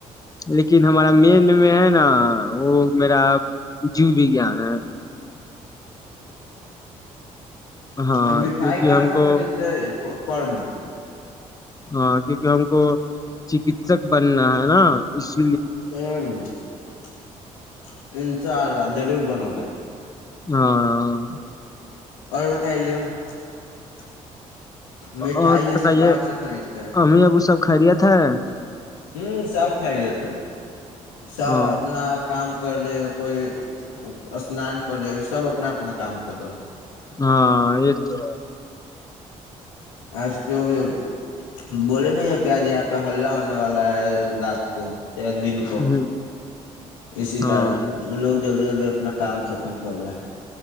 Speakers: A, on the left (about 20°); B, on the left (about 80°).
A: لیکن ہمارا مین میں ہے نا وہ میرا جیو وگان ہے ہاں
B: ا <unintelligible> مٹھائی
A: کیونکہ
B: کا
A: ہم
B: س
A: کو
B: خرری <unintelligible> پر میں <unintelligible>
A: ہاں کیونکہ ہم کو چکسک بننا ہے نا اس <unintelligible>
B: ام <unintelligible> انشاء اللہ ضرور بنو گے
A: ہاں <unintelligible>
B: اور ب <unintelligible> تلیون <unintelligible> مٹھائی
A: اور بتائیے
B: سب کہاں سے خریدتے ہے
A: امی ابو سب خیریت ہے
B: ہ سب خری جتا سب
A: ہاں
B: اپنا کام <unintelligible> کرے کوئی اسنان کر دے سب اپنا اپنا کام کر دو <unintelligible>
A: ہاں یہ تو <unintelligible>
B: ا کیکہ بولے نہیں کہ آج یہاں پہ ہلہ ہونے والا ہے رات کو چ دن کو
A: ہے
B: اسی
A: ہاں
B: کارن لوگ جلد جلد <unintelligible> اپنا کام ختم کر رہا ہے <unintelligible>